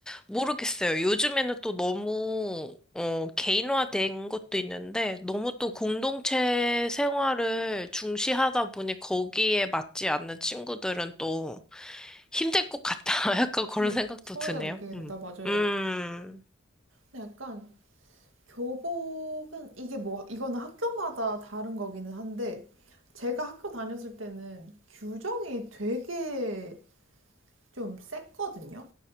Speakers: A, in the centre; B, on the right.
A: 모르겠어요. 요즘에는 또 너무, 어, 개인화된 것도 있는데, 너무 또 공동체 생활을 중시하다 보니 거기에 맞지 않는 친구들은 또 힘들 것 같다. <laughs> 약간 그런
B: 음,
A: 생각도
B: 소외가
A: 드네요.
B: 느끼게
A: 음.
B: 된다, 맞아요.
A: 음,
B: 근데 약간 교복은 이게 뭐 이거는 학교마다 다른 거기는 한데 제가 학교 다녔을 때는 규정이 되게 좀 셌거든요.